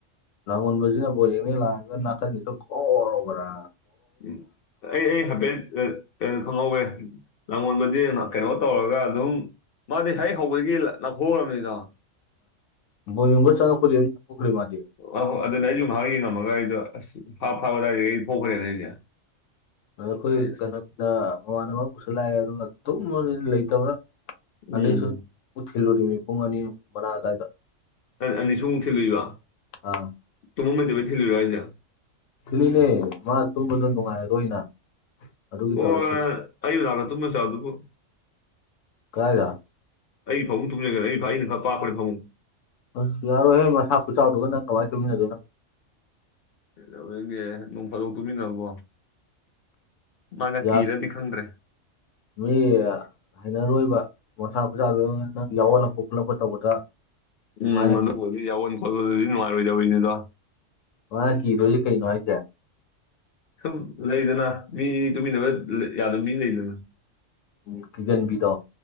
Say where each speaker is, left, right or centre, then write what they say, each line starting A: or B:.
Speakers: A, on the left (about 85°); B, on the left (about 55°).
A: ꯂꯉꯣꯟꯕꯖꯤꯅ ꯕꯣꯜ ꯌꯦꯡꯅꯦ ꯂꯥꯛꯑꯒ ꯅꯀꯟꯁꯤꯗ ꯒꯣꯒꯣꯔꯕ
B: ꯎ ꯑꯩ ꯑꯩ ꯍꯕꯦꯟ ꯀꯩꯅꯣ ꯈꯪꯍꯧꯋꯦ ꯂꯉꯣꯟꯕꯗꯤ ꯀꯩꯅꯣ ꯇꯧꯔꯒ ꯑꯗꯨꯝ ꯃꯥꯗꯤ ꯍꯦꯛ ꯍꯧꯕꯗꯒꯤ ꯂ ꯅꯥꯈꯣꯛꯈ꯭ꯔꯕꯅꯤꯗꯣ
A: ꯑ ꯕꯣꯅꯕ ꯆ ꯄꯨꯈꯔꯤ ꯄꯨꯈ꯭ꯔꯤ ꯃꯥꯗꯤ
B: ꯑꯍꯣꯏ ꯑꯗꯨꯅꯦ ꯑꯩꯁꯨ ꯉꯥꯏꯍꯥꯛ ꯌꯦꯡꯉꯝꯃꯒ ꯑꯩꯗꯣ ꯑꯁ ꯐꯥꯞ ꯐꯥꯕ ꯑꯗꯨꯗꯥꯏꯗꯒꯤ ꯑꯩ ꯊꯣꯛꯈ꯭ꯔꯦꯅ ꯑꯩꯁꯦ
A: ꯑꯩꯈꯣꯏ
B: ꯑꯩ ꯑꯁ
A: ꯀꯩꯅꯣꯗ
B: ꯇꯨ-
A: ꯃꯃꯥꯟꯅꯕ ꯑꯃꯁꯨꯁꯨ ꯂꯥꯛꯑꯦ ꯑꯗꯨꯒ ꯇꯨꯝ ꯂꯩꯇꯕ꯭ꯔꯥ ꯑꯁꯨ
B: ꯎꯝ
A: ꯊꯜꯂꯣꯔꯤ ꯄꯨꯡ ꯑꯅꯤ ꯃꯅꯥ ꯇ
B: ꯑꯅꯤꯁꯨꯃꯨꯛ ꯊꯤꯜꯂꯨꯏꯕ
A: ꯑ
B: ꯇꯨꯝꯃꯝꯉꯗꯕꯩ ꯊꯤꯜꯂꯨꯔꯣ ꯑꯩꯅ
A: ꯀꯤꯂꯤꯅꯦ ꯃꯥ ꯇꯨꯝꯕꯗ ꯅꯨꯡꯉꯥꯏꯔꯔꯣꯏꯅ ꯑꯗꯨꯒꯤ
B: ꯑꯣ
A: ꯇꯧꯔ ꯊꯤ
B: ꯑꯩ ꯅꯥꯛꯇ ꯇꯨꯝꯃꯁꯨꯌꯥꯕꯗꯨꯕꯣ
A: ꯀꯥꯏꯗ
B: ꯑꯩ ꯐꯃꯨꯡ ꯇꯨꯝꯖꯒ꯭ꯔꯦ ꯑꯩ ꯑꯩꯅ ꯈꯔ ꯄꯥꯛꯄꯅꯦ ꯐꯃꯨꯡ
A: ꯑꯁ ꯌꯥꯔꯣꯏꯍꯦ ꯃꯁꯥ ꯈꯨꯆꯥꯎꯗꯨꯒ ꯅꯪ ꯀꯃꯥꯏꯅ ꯇꯧꯃꯤꯟꯅꯗꯣꯏꯅꯣ
B: ꯀꯩꯗꯧꯌꯦꯒꯦ ꯅꯣꯡ ꯐꯥꯗꯣꯛ ꯇꯨꯃꯤꯟꯅꯕꯕꯣ ꯃꯥꯅ
A: ꯌꯥꯔꯣꯏ
B: ꯀꯤꯔꯗꯤ ꯈꯪꯗ꯭ꯔꯦ
A: ꯃꯤ ꯍꯥꯏꯅꯔꯣꯏꯕ ꯃꯁꯥ ꯈꯨꯆꯥꯎꯗꯨꯒ ꯅꯪ ꯌꯥꯎꯍꯜꯂꯛꯄ ꯈꯣꯠꯂꯛꯄ ꯇꯧꯕꯗ
B: ꯎꯝ
A: ꯃꯥꯅ
B: ꯑꯗꯨꯕꯨꯗꯤ ꯌꯥꯎꯣꯟ ꯈꯣꯠꯄꯗꯨꯗꯤ ꯅꯨꯡꯉꯥꯏꯔꯣꯏꯗꯧꯔꯤꯅꯤꯗꯣ
A: ꯋꯥ ꯀꯗꯣꯏꯦ ꯀꯩꯩꯅꯅꯣ ꯍꯥꯏꯁꯦ
B: ꯁꯨꯝ ꯂꯩꯗꯅ ꯃꯤ ꯇꯨꯃꯤꯟꯅꯕ ꯌꯥꯗꯕ ꯃꯤ ꯂꯩꯗꯅ
A: ꯎꯝ ꯀꯤꯒꯟꯕꯤꯗꯣ